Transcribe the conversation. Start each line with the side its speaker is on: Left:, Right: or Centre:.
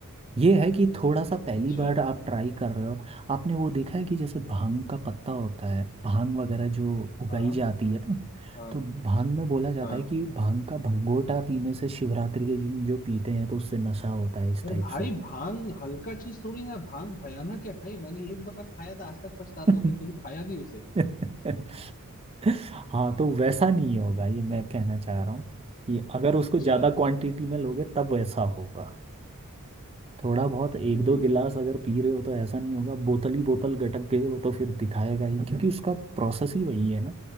Right: ये है कि थोड़ा सा पहली
Left: अच्छा
Right: बार आप ट्राई कर रहे हो आपने वो देखा है कि जैसे भांग का पत्ता होता है भांग वगैरह जो उगाई
Left: हाँ
Right: जाती है ना
Left: हाँ
Right: तो भांग में बोला जाता
Left: हाँ
Right: है कि भांग का भंगोटा पीने से शिवरात्रि के दिन जो पीते हैं तो उससे नशा होता है इस
Left: अरे
Right: टाइप
Left: भाई
Right: से
Left: भांग हल्का चीज थोड़ी ना भांग भयानक है भाई मैंने एक बार खाया था आज तक पछताता
Right: <laughs>
Left: हूँ फिर कभी खाया नहीं उसे
Right: <laughs> हाँ तो वैसा नहीं होगा ये मैं कहना चाह रहा हूँ कि अगर उसको
Left: अच्छा
Right: ज़्यादा क्वांटिटी में लोगे तब वैसा होगा थोड़ा बहुत एक
Left: हम्म
Right: दो गिलास अगर पी रहे हो तो ऐसा नहीं होगा बोतल ही बोतल गटक गए हो तो फिर दिखाएगा ही क्योंकि उसका प्रोसेस ही वही है ना